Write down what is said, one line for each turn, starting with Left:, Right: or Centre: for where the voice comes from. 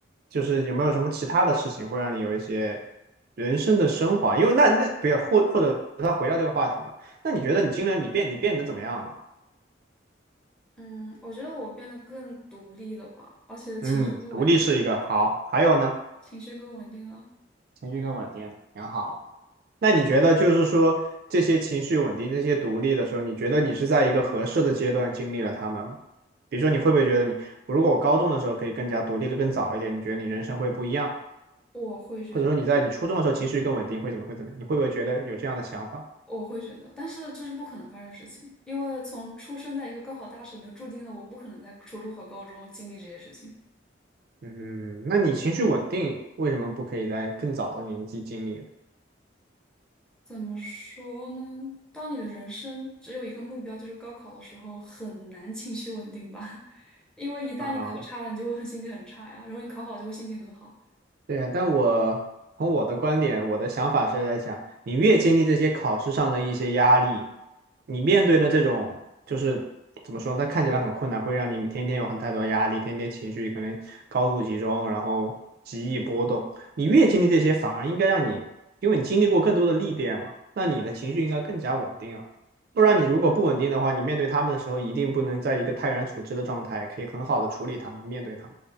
Right: 就是有没有什么其他的事情会让你有一些人生的升华？因为那那，比如或或者他回到这个话题吧，那你觉得你经历了你变你变得怎么样了？
Centre: 嗯，我觉得我变得更独立了吧，而且情绪更稳定了，
Right: 嗯，独立是一个好，还有呢？
Centre: 情绪更稳定了。
Right: 情绪更稳定，挺好。那你觉得就是说这些情绪稳定、这些独立的时候，你觉得你是在一个合适的阶段经历了他们吗？比如说，你会不会觉得你，如果我高中的时候可以更加独立的更早一点，你觉得你人生会不一样？
Centre: 我会觉得，
Right: 或者说你在你初中的时候情绪更稳定，会怎么会怎么样？你会不会觉得有这样的想法？
Centre: 我会觉得，但是这是不可能发生的事情，因为从出生在一个高考大省，就注定了我不可能在初中和高中经历这些事情。
Right: 嗯，那你情绪稳定为什么不可以在更早的年纪经历呢？
Centre: 怎么说呢？当你的人生只有一个目标，就是高考的时候，很难情绪稳定吧？<laughs> 因为一旦你考差了，
Right: 啊，
Centre: 你就会很心情很差呀，然后你考好就会心情很好。
Right: 对呀，但我从我的观点，我的想法是来讲，你越经历这些考试上的一些压力，你面对的这种就是怎么说呢，它看起来很困难，会让你天天有很太多的压力，天天情绪可能高度集中，然后极易波动。你越经历这些，反而应该让你，因为你经历过更多的历练嘛，那你的情绪应该更加稳定啊。不然你如果不稳定的话，
Centre: 嗯
Right: 你面对他们的时候，一定不能在一个泰然处之的状态，可以很好的处理他们，面对他们。